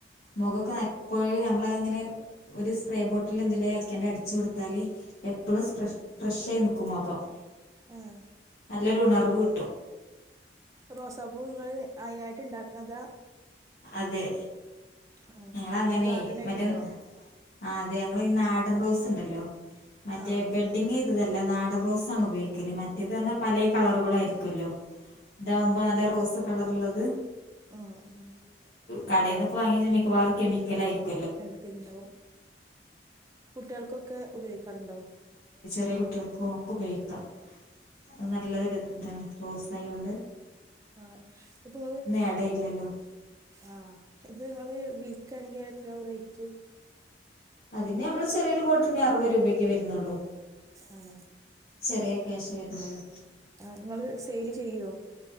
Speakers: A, on the left (about 60°); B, on the right (about 20°).
A: മുഖക്ക
B: ആഹ്
A: എപ്പോഴും മ്മനെ ഒരു സ്പ്രേ ബോട്ടിൽ എല അടിച്ച കൊടുത്താൽ എപ്പഴുംഫ്രഷ കുുമകം
B: ആഹ്
A: നല്ലൊരു ഉണർവ് കിട്ടും
B: റോസപ്പൂങ്ങള്ൾ അതിനതിനായിട്ട് ഇണ്ടാക്കണതാ
A: അതെ
B: ആഹ്
A: നിങ്ങളങ്ങനെ
B: എങ്ങനെ ഗാർഡനായിട്ടുണ്ടോ
A: മറ്റ ആ അതെ നമ്മന്ന് നാടൻറോസ് ഉണ്ടല്ലോ മറ്റേ
B: ആഹ്
A: ബെഡങ് ഇതല്ല എല്ല നാടൻറോസണ് ഉപയോഗിക്കുന്നത് മറ്റത് തന്നെ പല കളറ അവളായിരിക്കല്ലോ ഇതാവുമ്പോ നല്ല റോസ കളറുള്ളത്.
B: ആ ആഹ്.
A: കടന്നൊക്കെ വാങ്ങിയ മിക്കവാറും കെമിക്ക ക്കാല്ലാരിക്കും.
B: തെള്ളൂക്കൽലുണ്ടാവും. കുട്ടികൾക്കൊക്കെ ഉപയോഗിക്കാറുണ്ടോ?
A: കുറേ കുട്ടികൾക്കും ഒക്കെ ഉപയോഗിക്കാം അത് നല്ലതൊരു ഇതാണ് റോസായാ കൊണ്ട്.
B: ആ ഇപ്പോ
A: ആഡ് ചെയ്യില്ലല്ലോ
B: ആഹ് ഇത് നിങ്ങള് വിൽക്കയാണെങ്കിൽ എത്രയാ റേറ്റ്.
A: അതിന് നമ്മള് ചെറിയൊരു ബോട്ടിലിനു അറുപത് രൂപയൊക്കെ വരുന്നുള്ളൂ.
B: ആണോ
A: ചെറിയ ക്യാഷേ വരുന്നുള്ളൂ
B: ആ നിങ്ങൾ സെയിൽ ചെയ്യോ?